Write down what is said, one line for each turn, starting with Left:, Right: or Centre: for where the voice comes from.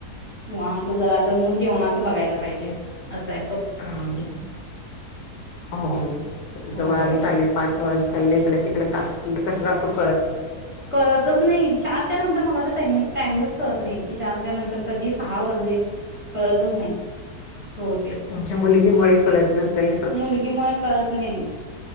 Right: किंवा आमचं जरा आंता मग जेवणाच बघायला पाहिजे असंय
Left: ह हो हो किती
Right: होय
Left: आज आले पाच वाजत आले. तिकडे कासलं कसलं आप <inaudible>
Right: कळतच नाही चारच्या नंतर मला तर टायमिंगच कळतं नाही की चारच्या नंत तर कधी सहा वाजले कळतच नाही अस होते
Left: तुमच्या मुलगीमुळे कळत नसेल
Right: मुलगीमुळे कळत नाही